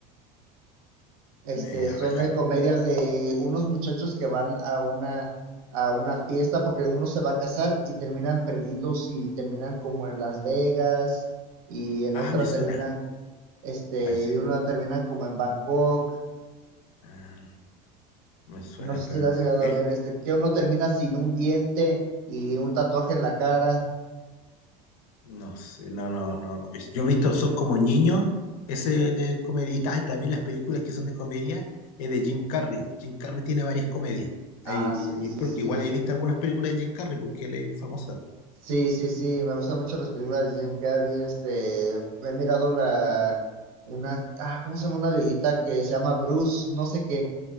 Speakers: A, on the right; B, on the left.
A: este
B: Eh, a
A: son
B: ver, ja-
A: de comedias de unos muchachos que van a una a una fiesta porque uno se va a casar y terminan perdidos y terminan como en Las Vegas y en
B: ah,
A: otra
B: me suena,
A: terminan este,
B: parece.
A: y uno termina como en Bangkok,
B: Ah, me suena,
A: no sé
B: pero
A: si la
B: no.
A: has llegado
B: He
A: a
B: vi-
A: ver, este, que uno termina sin un diente y un tatuaje en la cara.
B: No sé, no, no, no, no. Yo he visto Son como niños, ese de comedia. Y ta- y también las películas que son de comedia es de Jim Carrey. Jim Carrey tiene varias comedias. Ahí-
A: Ah, sí,
B: yo
A: sí,
B: creo
A: sí.
B: que igual hay visto algunas películas de Jim Carrey porque él es famoso, ¿no?
A: Sí, sí, sí, me gustan mucho las películas de Jim Carrey, este, he mirado la, una, ah, ¿cómo se llama? Una viejita que se llama Bruce, no sé qué,